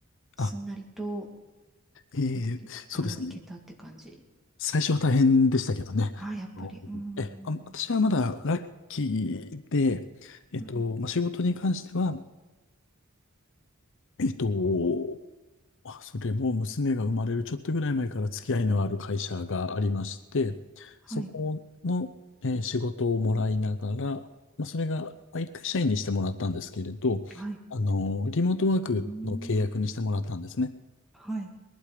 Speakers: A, in the centre; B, on the left.
A: すんなりと、
B: あ、ええそうですね。
A: いあの、行けたって感じですか
B: 最初は大変でしたけどね。あのえ、
A: あ、やっぱり、うーん。
B: あ、私はまだラッキーで、えっと、
A: うん
B: まあ、仕事に関しては、えっと、あそれも娘が生まれるちょっとぐらい前から付き合いのある会社がありまして、
A: はい、
B: そこの、えー仕事をもらいながら、まあ、それが、まあ、一回社員にしてもらったんですけれど、
A: はい。
B: あの、リモートワークの契約にしてもらったんですね。
A: うーん。はい。